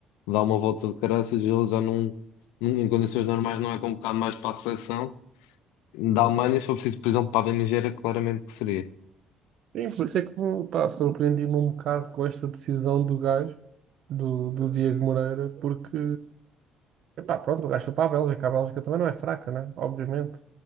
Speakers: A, on the left; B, on the right.
A: dá uma volta de caraças, ele já não, não- em condições normais, não é convocado mais para a seleção. Da Alemanha, se for preciso, por exemplo, para a da Nigéria, claramente que seria.
B: Sim, por isso é que, pá, surpreendi-me um bocado com esta decisão do gajo, do, do Diego Moreira, porque Epá, pronto, o gajo foi para a Bélgica. A Bélgica também não é fraca, né? Obviamente.